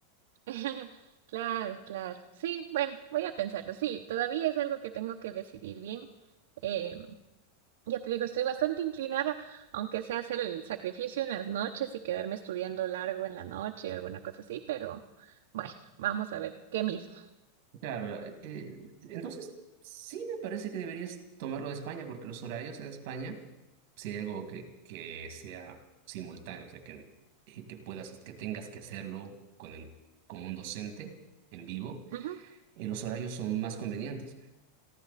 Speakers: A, on the right (about 65°); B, on the right (about 50°).
A: <laughs> Claro, claro. Sí, bueno, voy a pensarlo. Sí, todavía es algo que tengo que decidir bien. Eh, ya te digo, estoy bastante inclinada, aunque sea hacer el sacrificio en las noches y quedarme estudiando largo en la noche o alguna cosa así, pero bueno, vamos a ver qué mismo.
B: Claro, la- eh, entonces sí me parece que deberías tomarlo de España, porque los horarios en España, si hay algo que, que sea simultáneo, o sea, que, eh, que puedas, que tengas que hacerlo con el, con un docente en vivo,
A: Ujú.
B: eh, los horarios son más convenientes.